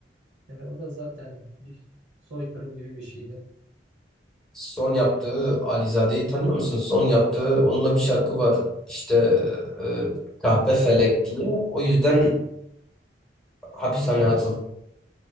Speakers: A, on the right (about 80°); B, in the centre.
A: Yani o da zaten bir soykırım gibi bir şeydi.
B: Son yaptığı Alizade'yi tanıyor musun? Son yaptığı onunla bir şarkı var. İşte e, Kahpe Felek diye. O yüzden hapishaneye
A: Hmm.
B: atıldı.